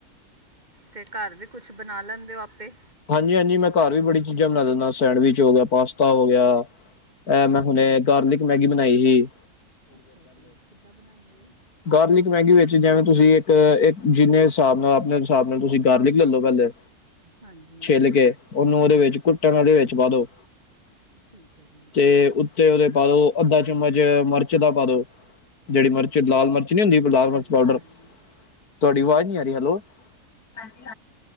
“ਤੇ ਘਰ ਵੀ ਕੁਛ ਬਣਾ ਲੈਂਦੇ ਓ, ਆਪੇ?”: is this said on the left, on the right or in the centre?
Right